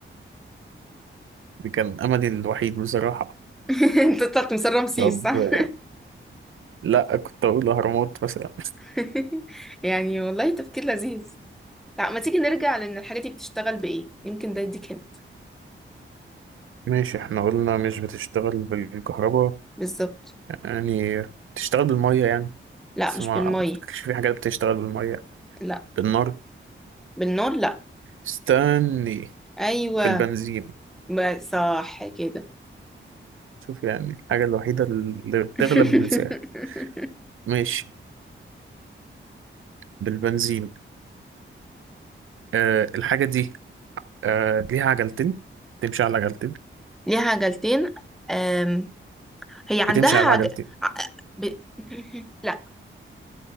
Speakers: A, on the right; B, in the centre.
A: دي كان أملي الوحيد بصراحة
B: <laughs> انت طلعت من سر رمسيس
A: طب
B: صح
A: آه، لأ كنت أقول أهرامات مثلا <laughs>
B: <laughs> يعني والله تفكير لذيذ لا ما تيجي نرجع لان الحاجة دي بتشتغل بإيه يمكن ده يديك هنا
A: ماشي احنا قلنا مش بتشتغل بالكهرباء
B: بالظبط
A: يعني بتشتغل بالمية يعني
B: لا
A: بس
B: مش
A: ما
B: بالمية
A: ما افتكرش في حاجات بتشتغل بالمية
B: لا
A: بالنار
B: بالنار لا
A: استني
B: ايوه
A: بالبنزين
B: ما صح كده
A: شوف يعني الحاجة الوحيدة اللي بتغلب
B: <laughs>
A: بنساها ماشي بالبنزين آه الحاجة دي آه ليها عجلتين بتمشي على عجلتين
B: ليها عجلتين أم... هي عندها
A: بتمشي على
B: عج...
A: عجلتين
B: ع- ب... <laughs> لا